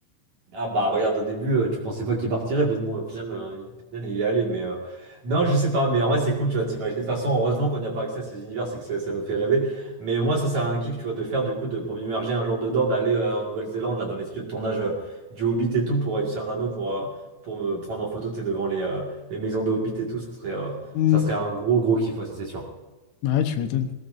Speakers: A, on the right; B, on the left.
A: Ah bah regarde au début euh, tu pensais pas qu'il partirait mais bon au final, euh, il au final, il est allé mais euh, non je sais pas mais en vrai c'est cool tu vois t'imagines de toute façon heureusement qu'on n'y a pas accès à ces univers c'est que ça, ça nous fait rêver mais moi ça c'est un kiff tu vois de faire du coup de pour m'immerger un jour dedans d'aller euh, en Nouvelle-Zélande là dans les studios de tournage euh, du Hobbit et tout pour réussir un anneau pour euh, pour me prendre en photo tu sais, devant les euh, les maisons de Hobbit et tout ça serait euh,
B: Hmm.
A: ça serait un gros gros kiff ouais ça c'est sûr
B: Bah ouais, tu m'étonnes.